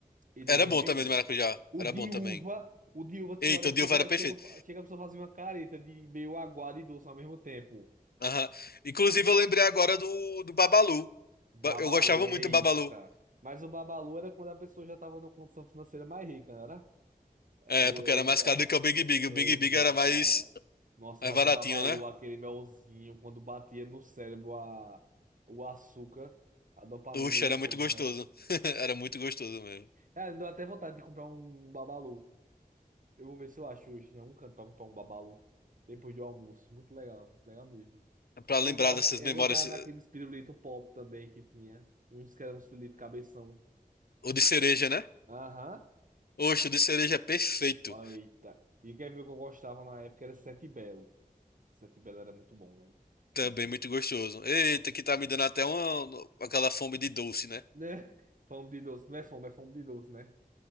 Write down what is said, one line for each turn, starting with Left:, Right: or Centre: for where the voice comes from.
Right: e do
Left: Era
Right: vermelhinho.
Left: bom também do maracujá.
Right: O
Left: Era
Right: de
Left: bom também.
Right: uva, o de uva tinha
Left: Eita,
Right: hora que
Left: o Dilva
Right: chega,
Left: era perfeito.
Right: chega, chega a pessoa fazer uma careta de meio aguado e doce ao mesmo tempo.
Left: Aham. Inclusive, eu lembrei agora do, do Babalu.
Right: Babalu,
Left: Ba- Eu gostava
Right: eita.
Left: muito do Babalu.
Right: Mas o babalu era quando a pessoa já estava numa condição financeira mais rica, não era? É,
Left: É,
Right: o,
Left: porque
Right: é o
Left: era mais
Right: ba-
Left: caro do que o Big
Right: é-
Left: Big. O
Right: é
Left: Big
Right: exato.
Left: Big era mais,
Right: ah. Nossa,
Left: mais
Right: mas
Left: baratinho,
Right: o babalu,
Left: né?
Right: aquele melzinho, quando batia no cérebro a, o açúcar, a dopamina
Left: Uxa,
Right: ia
Left: era muito
Right: longe,
Left: gostoso.
Right: né era?
Left: <laughs> Era muito gostoso mesmo.
Right: É, me deu até vontade de comprar um babalu. Eu vou ver se eu acho hoje em algum canto pra comprar um babalu. Depois do almoço. Muito legal, muito legal mesmo.
Left: É Pra
Right: Eu gostava,
Left: lembrar dessas
Right: da- eu
Left: memórias.
Right: gostava daqueles pirulitos pop também que tinha. Uns que eram uns pirulitos cabeção.
Left: O de cereja, né?
Right: Aham.
Left: Oxe, o de cereja é perfeito.
Right: Eita. E quer ver o que eu gostava na época? Era Sete Belo. Sete Belo era muito bom, velho.
Left: Também
Right: Muito bom mesmo.
Left: muito gostoso. Eita, que tá me dando até uma, aquela fome de doce, né?
Right: Né? Fome de doce. Não é fome, é fome de doce, né?